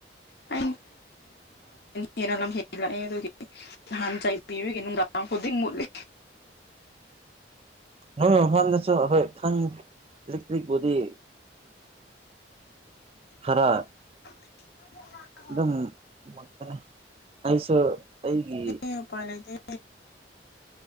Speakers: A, on the left; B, on the right.
A: ꯃꯥ ꯍꯦꯟꯅ ꯂꯝ ꯍꯂ ꯅꯍꯥꯟ ꯆꯥꯏ ꯄꯤꯕꯤꯒꯦ ꯅꯨꯡꯗꯥꯡ ꯈꯨꯗꯤꯡ ꯃꯨꯠꯂꯤ
B: ꯅꯣꯏ ꯃꯥꯟꯗꯁꯨ ꯑꯩꯈꯣꯏ ꯏꯂꯦꯛꯇ꯭ꯔꯤꯛ ꯕꯣꯗꯤ ꯈꯔ
A: <inaudible>
B: ꯑꯗꯨꯝꯅꯦ ꯑꯩꯁꯨ ꯑꯩꯒꯤ
A: ꯎ ꯄꯄꯥ ꯂꯩꯗꯤ